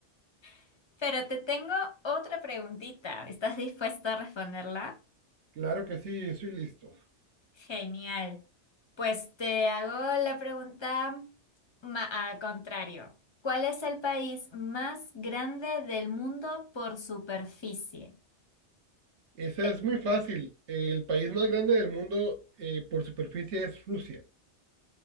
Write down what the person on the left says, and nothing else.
<laughs> Pero te tengo otra preguntita. ¿Estás dispuesto a responderla?
Genial. Pues te hago la pregunta ma- al contrario. ¿Cuál es el país más grande del mundo por superficie?
Eh,